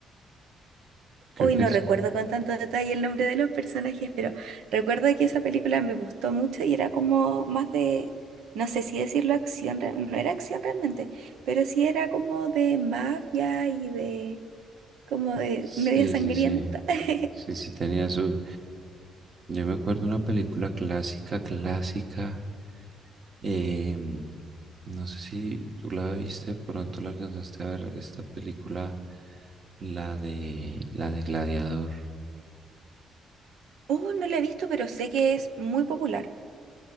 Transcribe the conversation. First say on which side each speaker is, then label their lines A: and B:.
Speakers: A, on the right; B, on the right.
A: Creo
B: Hoy
A: que
B: no
A: es.
B: recuerdo con tanto detalle el nombre de los personajes, pero recuerdo que esa película me gustó mucho y era como más de, no sé si decirlo acción, re- no era acción realmente, pero sí era como de mafia y de como de
A: Sí,
B: media sangrienta.
A: sí, sí.
B: <laughs>
A: Sí, sí, tenía su... Yo me acuerdo una película clásica, clásica. Em, no sé si tú la viste, pronto la alcanzaste a ver esta película, la de la de Gladiador.
B: Oh, no la he visto, pero sé que es muy popular.